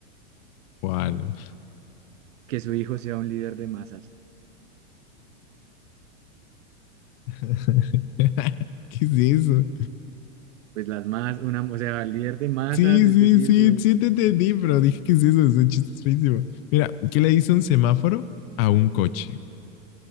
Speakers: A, on the left; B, on the right.
A: ¿cuál?
B: Que su hijo sea un líder de masas.
A: <laughs> ¿Qué es eso?
B: Pues las masas, una, o sea, líder de masas,
A: Sí,
B: es
A: sí,
B: decir,
A: sí,
B: de un
A: sí te entendí, pero dije, ¿qué es eso? es un chiste es feísimo. Mira, ¿qué le dice un semáforo a un coche?